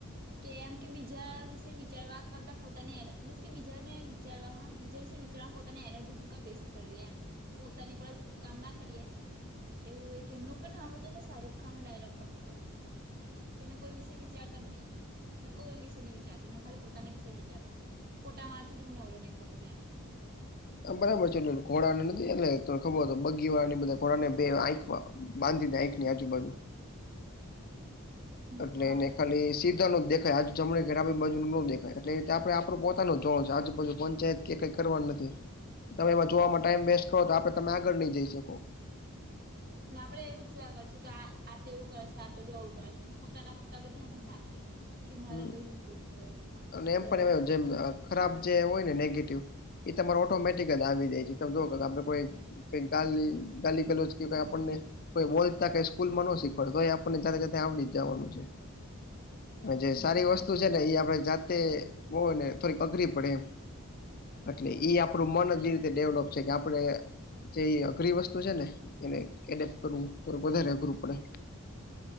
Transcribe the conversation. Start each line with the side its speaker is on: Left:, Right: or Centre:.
Right: કે એમ કે બીજા વિશે વિચારવા કરતા પોતાને મીન્સ કે બીજાને વિચારવામાં બીજ વિચારવામાં પોતાની એનર્જી શુ કા વેસ્ટ કરવી એમ પોતાની પર એટલું કામ ના કરીએ એવું એક એમનું પણ સાંભળું હતું ને શાહરૂખ ખાન નો ડાયલોગ પણ ન હતો. કે મેં કોઈ વિશે વિચારતો નહી. મેં કોઈ વિશે નહી વિચારતો મેં ખાલી પોતાના વિશે વિચારો પોટા મા માંથી હું નવરો નહીં પડતો એમ.
Left: બરાબર છે ઘોડાને નથી એટલે તને ખબર તો બગી વાળ ની બધા ઘોડાને બેંખકવા બાંધીનેખ નની આજુબજુ.
Right: હમ
Left: એટલે
Right: હા
Left: એને ખાલી સી. દેખાય આજ જમણી ઘણી બાજુ નો દેખાય એટલે આપું પોતાનું જ જોણો છે આજુ બાજુ પંચાયત કે કઈ કરવા નથી તમે એમાં જોવામાં ટાઈમ વેસ્ટ કરો તો આપે તમે આગળ નહી જઈ શકો.
Right: આપડે એવું જ જોયા કરશું કે આ આવું કરે છે આપ પેલું આવું કરે છે પોતાના પર તો આપડે ધ્યાન જ ના આપીએ. કે મારી
Left: હમ
Right: અંદર હું ભૂલ છે મારે હ
Left: અને
Right: સુધારા
Left: એમ પણ
Right: વધારા
Left: એ જેમ
Right: કરવાના
Left: અ,
Right: છે.
Left: ખરાબ જે હોય ને નેગેટિવ એ તમારે ઓટોમેટિક જ આવી જાય છે ત જો આપડે કોઈ કઈ ગાલી ગાલી ગાલ કેઈ આપણને કોઈ બોલતા કઈ સ્કૂલમાં ન શીખવાડ તો એ આપણને જ આવડી જ જવાનું છે. જે
Right: હમ
Left: સારી વસ્તુ છે ને એ આપણે જાતે હો ને થોડીક અઘરી પડે એમ. એટલે એઈ આપડું મન જે
Right: અચ્છા
Left: રીતે ડેવલોપ છે કે આપણે. જે અઘરી વસ્તુ છે ને એને એડેપ્ટ કરવું થોડું વધારે અઘરું પડે.